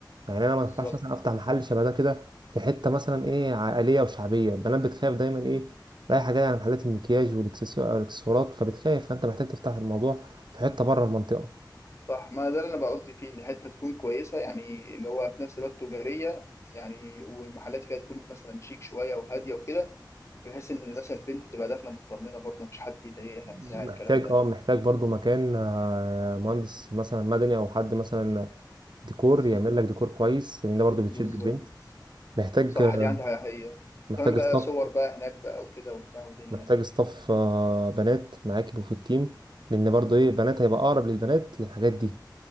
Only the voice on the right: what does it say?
يعني انا ما
ينفعش مثلا افتح محل شبه ده كده في حته مثلا ايه عائليه وشعبيه البنات بتخاف دايما ايه رايحه جايه على محلات المكياج والاكسسوارات فبتخاف فانت محتاج تفتح الموضوع في حته بره المنطقه
محتاج
اه محتاج برضو مكان آه، مهندس مثلا مدني او حد مثلا ديكور يعمل
لك ديكور كويس لان ده برضو بتشد
البنت محتاج
آه،
محتاج
ستاف
محتاج ستاف آه، بنات معاك يبقوا في التيم لان برضو
ايه البنات هيبقى اقرب للبنات للحاجات دي